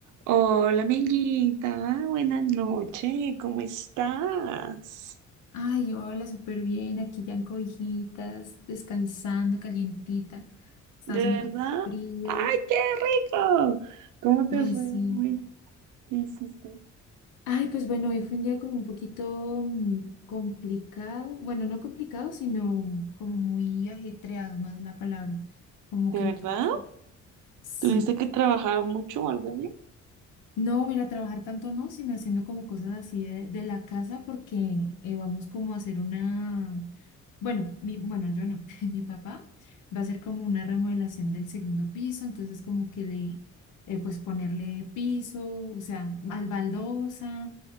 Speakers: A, on the right (about 85°); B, on the left (about 90°).
A: Hola, amiguita. Buenas noches. ¿Cómo estás?
B: Ay, hola, súper bien. Aquí ya en cobijitas, descansando, calientita. Estaba
A: ¿De
B: haciendo
A: verdad?
B: como frío.
A: ¡Ay, qué rico! ¿Cómo te
B: Ay,
A: fue
B: sí.
A: hoy? ¿Qué hiciste?
B: Ay, pues bueno, hoy fue un día como un poquito mm, complicado. Bueno, no complicado, sino como muy ajetreado, más la palabra. Como
A: ¿De
B: que
A: verdad?
B: me tocó hacer. Sí.
A: ¿Tuviste que trabajar mucho o algo así?
B: No, mira, trabajar tanto no, sino haciendo como cosas así de, de la casa porque eh, vamos como a hacer una, bueno, mi, bueno, yo no, <laughs> mi papá va a hacer como una remodelación del segundo piso, entonces como que le, eh, pues ponerle piso, o sea, al baldosa,